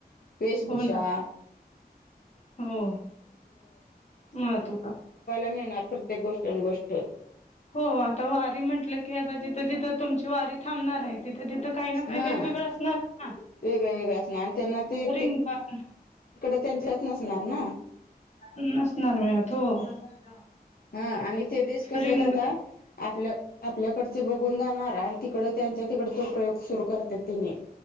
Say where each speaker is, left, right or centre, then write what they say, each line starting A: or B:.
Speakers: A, on the left; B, on the left.
A: वेभूष
B: हो ना
A: <inaudible> अनुवायला
B: हो महत्व
A: मिळणार प्रत्येक गोष्ट आणि गोष्ट
B: हो आता वारी म्हटलं की आता जिथं जिथं तुमची वारी थांबणार आहे तिथं तिथं काही ना
A: हा
B: काही वेगवेगळ असणार ना
A: वेगळे वेगळे असणार आणि त्यांना ते
B: रिंगन.
A: तिकड त्यांच नसणार ना
B: <inaudible>
A: हा आणि इ ते देश कस
B: रिंगण
A: आहेत आता, आपलं आपल्याकडचे बघून जाणार आणि तिकड त्यांच्या तिकड तो प्रयोग सुरू करते तिने